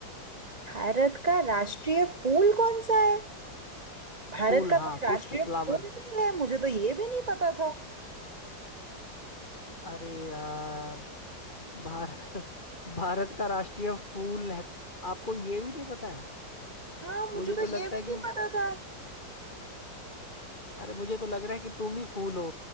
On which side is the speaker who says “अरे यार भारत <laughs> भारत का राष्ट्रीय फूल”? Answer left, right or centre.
Left